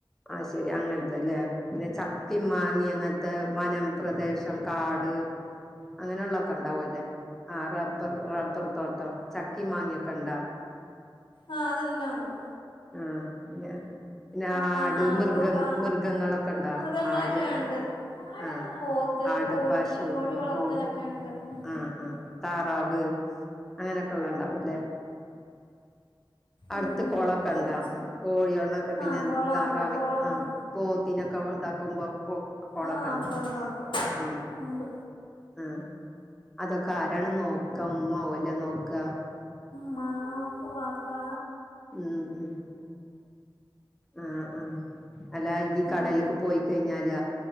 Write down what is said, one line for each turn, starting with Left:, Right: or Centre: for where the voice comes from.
Centre: ആഹ ശെരി അങ്ങനത്തെല്ലേ പിന്നെ ചക്കി മാങ്ങി അങ്ങനത്തെ വനം പ്രദേശം കാട് അങ്ങനെയള്ള ഒക്കെ ഉണ്ടാവുംല്ലേ ആ റബ്ബർ റബ്ബർ തോട്ടം ചക്കി മാങ്ങിക്കണ്ടാ
Left: ആഹ അതെല്ലാം ഉണ്ട്
Centre: ആ പിന്നെ പിന്നെ
Left: ചക്ക
Centre: ആട്
Left: മാവ്
Centre: മൃഗങ്ങ
Left: പാ
Centre: മൃഗങ്ങളൊക്കെ ഉണ്ടോ
Left: മൃഗങ്ങളൊക്കെ
Centre: ആട്
Left: ഉണ്ട്
Centre: ആഹ
Left: പോത്ത്
Centre: ആട്
Left: കോഴി
Centre: പാശു
Left: വളർത്തലൊക്കെ
Centre: കോഴി
Left: ഉണ്ട് ഉം
Centre: ആ ആ താറാവ് അങ്ങനെയൊക്കെ ഉള്ളണ്ടാ വുംല്ലേ അടുത്ത്
Left: ഉം
Centre: കൊളക്കെ
Left: പൂച്ച
Centre: ഉണ്ടാ കോഴിയള്ള പിന്നെ
Left: ആഹ് കൊളമുണ്ട്
Centre: താറാവി
Left: കൊളമുണ്ട്
Centre: ആ പോത്തിനൊക്കെ ഇതാക്കുമ്പോള
Left: ആഹ്
Centre: കണ്ട
Left: ഉണ്ട് ഉണ്ട് ഉണ്ട്
Centre: ഉ
Left: ഉണ്ട്
Centre: ആ അതൊക്കെ ആരാണ് നോക്ക ഉ്മാവല്ലേ നോക്ക
Left: മാ പപ്പാ
Centre: ഉം ഉ ആഹ ഉ അല്ല ഈ കടലേക്ക്
Left: ഉം
Centre: പോയി കഴിഞ്ഞാല്